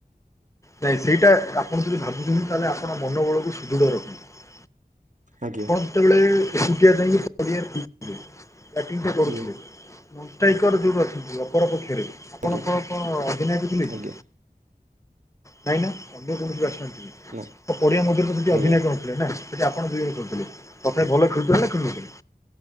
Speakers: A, on the left; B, on the right.
A: ନାଇଁ ସେଇଟା ଆପଣ ଯଦି ଭାବୁଛନ୍ତି ତାହେଲେ ଆପଣ ମନ ବଳକୁ ସୁଦୃଢ଼ ରଖନ୍ତୁ।
B: ଆଜ୍ଞା।
A: ସେତେବେଳେ ଏକୁଟିଆ ଯାଇକି ବଢିଆ ବ୍ୟାଟ ଟି କରୁଥିଲେ।
B: ଆଜ୍ଞା
A: ମଷ୍ଟାଇକର ଯେଉଁଠି ଅଛନ୍ତି ଅପରପକ୍ଷରେ ଆପଣ
B: ଆଜ୍ଞା
A: କଣ କଣ ଅଧିନାୟକ ଥିଲେ
B: ଆଜ୍ଞା
A: କି? ନାଇଁ ନା, ଅନ୍ୟ କେତିରୁ ଆସିନାହାନ୍ତି
B: ନା
A: ତ ପଢିଆ ମଧ୍ୟରୁ
B: ଆଜ୍ଞା
A: ଅଧୀନୟ କରନ୍ତି ନା ସେଠି ଆପଣ ଦୁଇରେ ଖେଳୁଥିଲେ ତଥାପି ଭଲ ଖେଳୁଥିଲେ ନା ଖେଳୁନଥିଲ?